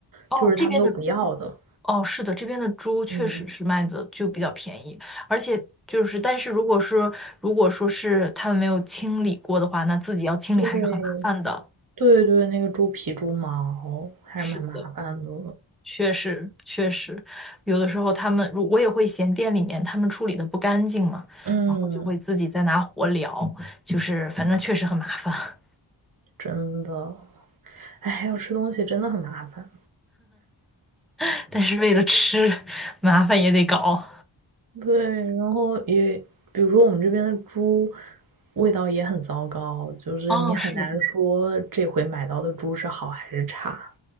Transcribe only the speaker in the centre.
哦，
这边的哦，是的，这边的猪确实是卖的就比较便宜，
而且就是，但是如果是如果说是他们没有清理过的话，那自己要清理还是很麻烦的。
是的，确实确实，有的时候他们，如我也会嫌店里面他们处理的不干净嘛，
然后就会自己再拿火燎，就是反正确实很麻烦，
<laughs> 但是为了吃，麻烦也得搞。
哦，是的。